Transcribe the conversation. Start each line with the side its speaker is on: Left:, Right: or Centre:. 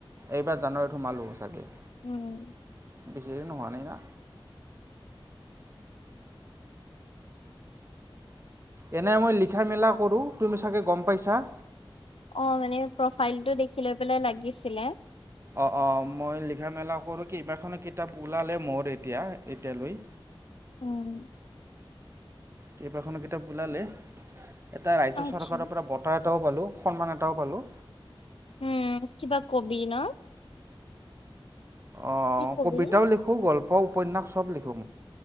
Right: এইবাৰ জানুৱাৰীত সোমালো চাগে।
Left: উম
Right: বিচিদিন হোৱা নাই না। এনে মই লিখা মেলা কৰোঁ। তুমি চাগে গম পাইছা
Left: অ' মানে প্ৰফাইলটো দেখি লৈ পেলাই লাগিছিলে
Right: অ' অ' মই লিখা মেলা কৰো কেইবাখনো কিতাপ ওলালে মোৰ এতিয়া এতিয়ালৈ।
Left: উম
Right: কেইবাখনো কিতাপ ওলালে। এটা ৰাজ্য
Left: আচ্ছা
Right: চৰকাৰৰ পৰা বঁটা এটাও পালো। সন্মান এটাও পালোঁ।
Left: উম কিবা কবি ন।
Right: অ'
Left: কি কবি?
Right: কবিতাও লিখো গল্প উপ উপন্যাস চব লিখোঁ।